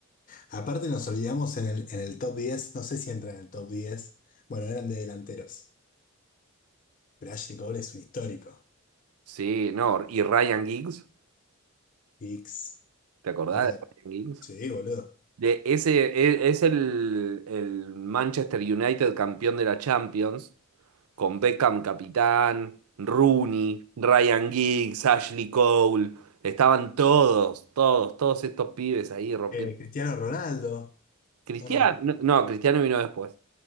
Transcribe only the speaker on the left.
Aparte nos olvidamos en el, en el top diez no sé si entra en el top diez Bueno, eran de delanteros, pero Ashley Cole es un histórico.
X,
total.
Sí, boludo.
Eh, Cristiano Ronaldo,
¿o no?